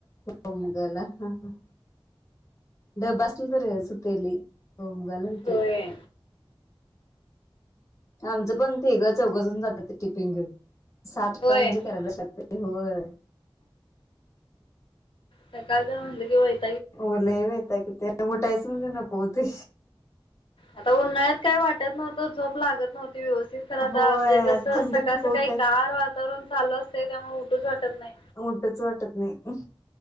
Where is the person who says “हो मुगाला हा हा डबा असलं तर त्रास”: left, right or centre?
Left